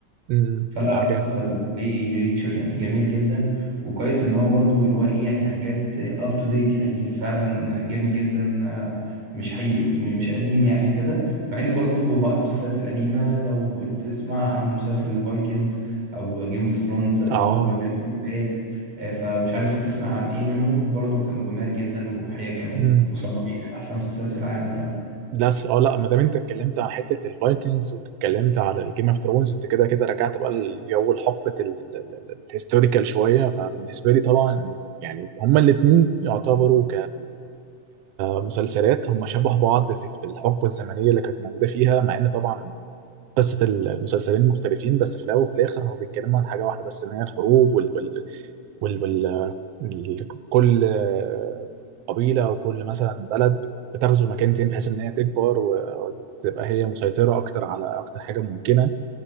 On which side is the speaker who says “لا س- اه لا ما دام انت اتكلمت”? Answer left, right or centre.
Right